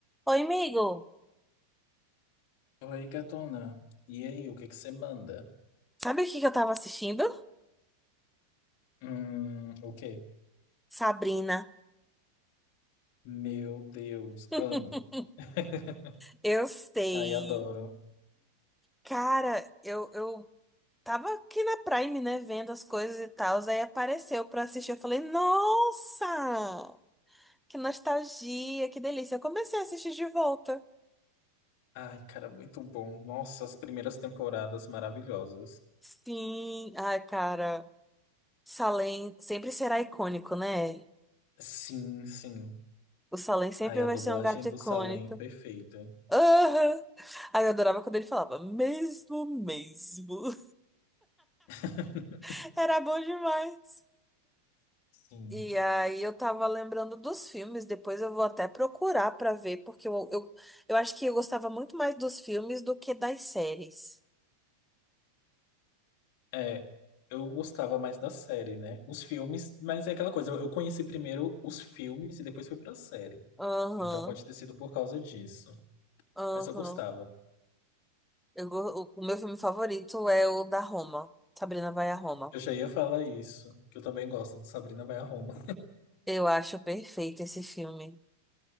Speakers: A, in the centre; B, on the left (about 45°).
A: Oi, amigo.
B: Oi, gatona. E aí, o que que você manda?
A: Sabe o que que eu tava assistindo?
B: Hum, o quê?
A: Sabrina.
B: Meu Deus,
A: <laughs>
B: amo. <laughs>
A: Eu sei.
B: Ai, adoro.
A: Cara, eu, eu tava aqui na Prime, né, vendo as coisas e tal, aí apareceu pra assistir. Eu falei, nossa, que nostalgia, que delícia. Eu comecei a assistir de volta.
B: Ai, cara, muito bom. Nossa, as primeiras temporadas maravilhosas.
A: Sim, ai, cara, Salem sempre será icônico, né?
B: Sim, sim.
A: O Salem sempre
B: Ai, a
A: vai
B: dublagem
A: ser um gato
B: do
A: icônico.
B: Salem, perfeita.
A: Aham. Aí eu adorava quando ele falava, mesmo, mesmo.
B: <laughs>
A: <laughs> Era bom demais.
B: Sim.
A: E aí eu tava lembrando dos filmes, depois eu vou até procurar pra ver, porque eu, eu, eu acho que eu gostava muito mais dos filmes do que das séries.
B: É, eu gostava mais da série, né? Os filmes, mas é aquela coisa, eu eu conheci primeiro os filmes e depois fui pra série.
A: Aham,
B: Então pode ter sido por causa disso.
A: aham.
B: Mas eu gostava.
A: Eu go- O, o meu filme favorito é o da Roma, Sabrina vai a Roma.
B: Eu já ia falar isso, que eu também gosto do Sabrina Vai a Roma.
A: Eu acho perfeito esse filme.